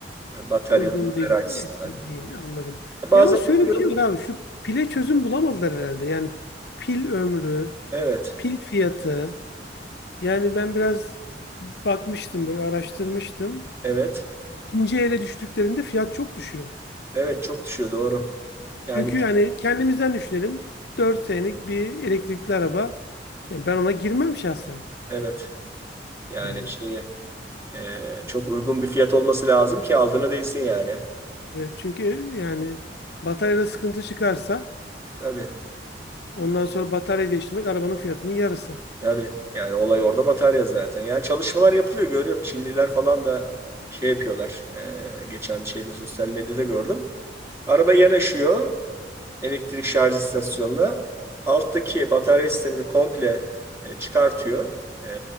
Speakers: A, on the right; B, on the left.
A: Batarya
B: Uygun
A: ömürleri
B: değil,
A: açısından.
B: etkin değil. Anladım.
A: Bazen
B: Yalnız şöyle
A: bakıyorum.
B: bir şey var abi. Şu pile çözüm bulamadılar herhalde. Yani pil ömrü,
A: Evet.
B: pil fiyatı. Yani ben biraz bakmıştım böyle araştırmıştım.
A: Evet.
B: İkinci ele düştüklerinde fiyat çok düşüyor.
A: Evet çok düşüyor doğru. Yani
B: Çünkü yani kendimizden düşünelim. dört senelik bir elektrikli araba. Ya ben ona girmem şahsen.
A: evet. Yani
B: Yani.
A: şeye e, çok uygun bir fiyat olması lazım ki aldığına değsin yani.
B: Evet, çünkü yani bataryada sıkıntı çıkarsa
A: Tabii.
B: ondan sonra batarya değiştirmek arabanın fiyatının yarısı.
A: Tabii. Yani olay orada batarya zaten. Yani çalışmalar yapılıyor görüyorum. Çinliler falan da şey yapıyorlar. E, geçen şeyde sosyal medyada gördüm. Araba yanaşıyor. elektrik şarj istasyonuna. Alttaki batarya sistemini komple e, çıkartıyor e,